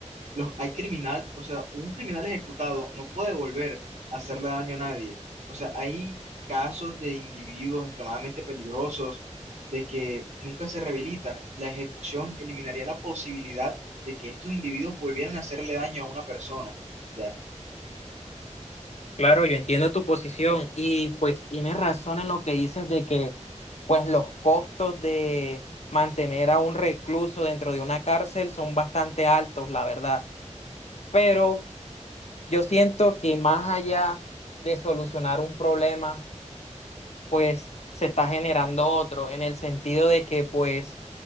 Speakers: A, on the right (about 75°); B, on the left (about 60°).
A: los, hay criminal, o sea, un criminal ejecutado no puede volver a hacerle daño a nadie. O sea, hay casos de individuos extremadamente peligrosos de que nunca se rehabilitan. La ejecución eliminaría la posibilidad de que estos individuos volvieran a hacerle daño a una persona. Ya.
B: Claro, yo entiendo tu posición y pues tienes razón en lo que dices de que pues los costos de mantener a un recluso dentro de una cárcel son bastante altos, la verdad. Pero Yo siento que más allá de solucionar un problema, pues se está generando otro, en el sentido de que pues